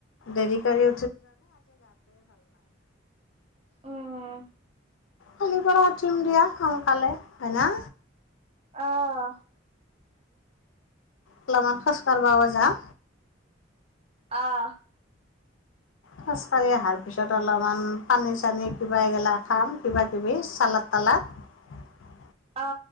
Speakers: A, on the left; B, on the right.
A: দেৰি কৰি
B: উম
A: কালিৰ পৰা উঠিম দিয়া সোনকালে হয়না।
B: অ',
A: অলপমান খোজ কঢ়াব যাম
B: অ '
A: খোজকাঢ়ি অহাৰ পিছত অলপমান পানী চানী কিবা এইগিলা খাম কিবাাকিবি চালাত তালাত
B: অ '